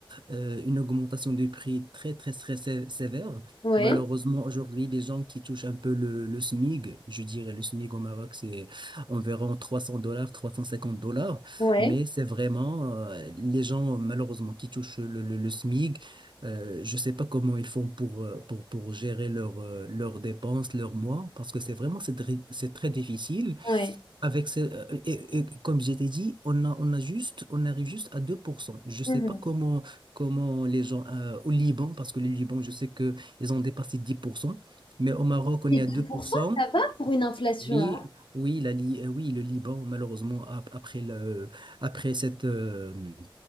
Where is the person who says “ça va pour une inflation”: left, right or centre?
Left